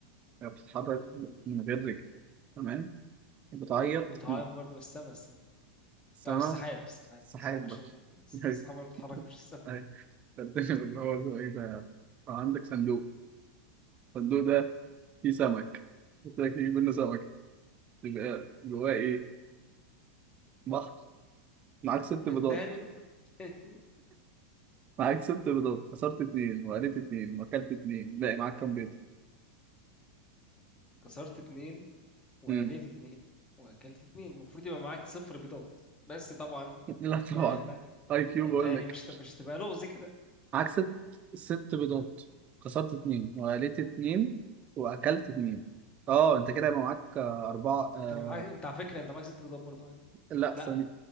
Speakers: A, on the right (about 30°); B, on the left (about 20°).
A: يعني بتتحرك
B: مم.
A: من غير رجل تمام بتعيط
B: وبيتعاقب برضه من السمس
A: السما
B: او السحاب السحاب
A: السحاب
B: السحاب عشان
A: بقى. أيوة.
B: السحاب اللي بتتحرك مش السحاب
A: أيوة. الدنيا اللي هو اسمه ايه ده آه، عندك صندوق الصندوق ده فيه سمك قلت لك فيه منه سمك يبقى جواه ايه بحر معاك ست بيضات
B: <laughs> تاني تاني
A: معاك ست بيضات كسرت اتنين وقليت اتنين واكلت اتنين باقي معاك كام بيضة
B: كسرت اتنين وقليت
A: مم.
B: اتنين واكلت اتنين المفروض يبقى معاك صفر بيضات بس طبعا
A: <laughs> لا طبعا
B: يعني احنا
A: اي كيو
B: انت
A: بقول
B: يعني
A: لك
B: مش هتبقى- مش هتبقى لغز كده
A: معاك ست ست بيضات كسرت اتنين وقليت اتنين واكلت اتنين اه انت كده يبقى معاك آه، اربعة آه،
B: انت معاك انت على فكره انت معاك ست بيضات برضه يعني
A: لا
B: لا
A: ثانية